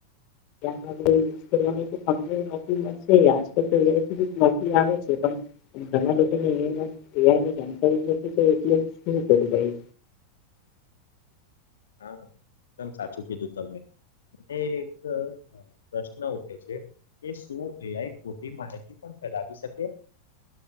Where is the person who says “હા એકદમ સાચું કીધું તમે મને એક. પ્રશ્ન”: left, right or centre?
Left